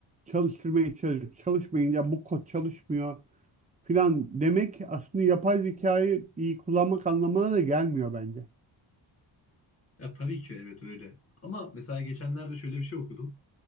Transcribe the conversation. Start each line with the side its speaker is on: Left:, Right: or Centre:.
Right: çalıştırmaya çalışıp çalışmayın ya bu kod çalışmıyor filan demek aslında yapay zekayı iyi kullanmak anlamına da gelmiyor bence.
Left: Ya tabii ki evet öyle. Ama mesela geçenlerde şöyle bir şey okudum.